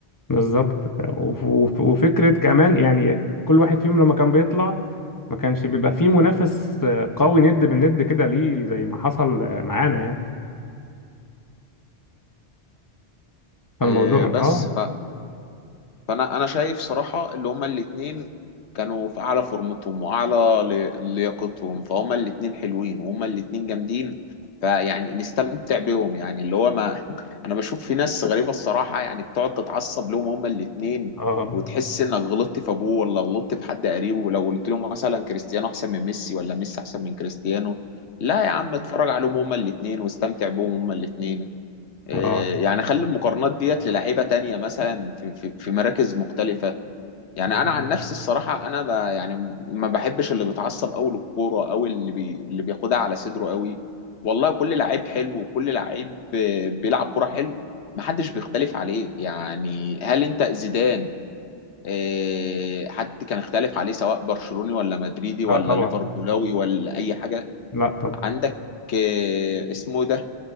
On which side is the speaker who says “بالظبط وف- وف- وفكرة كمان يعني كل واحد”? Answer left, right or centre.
Left